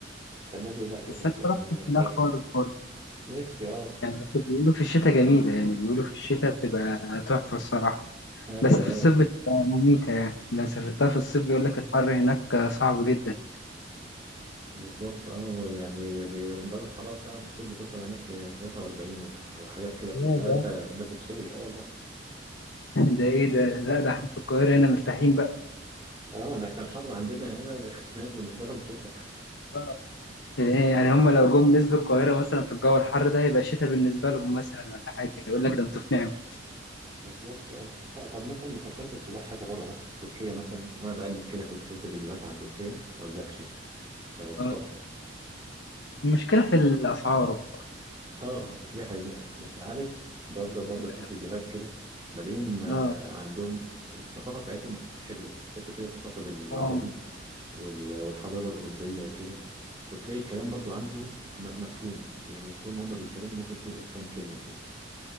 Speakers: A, on the right (about 25°); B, on the left (about 75°).
A: الناس دي لا كانت
B: بس انا
A: يعني
B: ما رحتش
A: درس
B: هناك خالص برضه
A: نفسي اه
B: يعني بس بيقولوا في الشتاء جميلة يعني بيقولوا في الشتاء بتبقى تحفة الصراحة
A: ايوه
B: بس في الصيف بتبقى مميتة يعني لو سافرتها في الصيف بيقول لك الحر هناك صعب جدا
A: بالظبط اه وال- يعني ب- درجة الحرارة فعلا في الصيف بتوصل هناك ل 43 وح- وحاجات كده بت-
B: ياه.
A: تبقى انت بتتشوي اه والله
B: ده ايه ده لا ده احنا في القاهرة هنا مرتاحين بقى
A: اه ده احنا الحر عندنا هنا ب- <laughs> هناك بالنسبة لهم شتاء
B: آه. إيه يعني هم لو جم نزلوا القاهرة مثلا في الجو الحر ده هيبقى شتاء بالنسبة لهم مثلا ولا حاجة يقول لك ده انتوا في نعمة
A: بالظبط اه ط- طب مثلا ما فكرتش تروح حاجة بره مصر تركيا مثلا وانا بقلب كده كنت شفت فيديوهات عن تركيا ما اقولكش كانت
B: آه.
A: تحفة
B: المشكلة في الأسعار الأسعار
A: اه دي حقيقة بس عارف بفضل برضه
B: بتبقى-
A: اشوف فيديوهات كده بلاقيهم آه،
B: آه
A: عندهم الثقافة بتاعتهم حلوة تحس كده ثقافة بين العربي
B: آه
A: وال- والحضارة الأوروبية وكده وتلاقي الكلام برضو عنهم م- مفهوم يعني طول ما هم بيتكلموا ممكن تلقط كام كلمة كده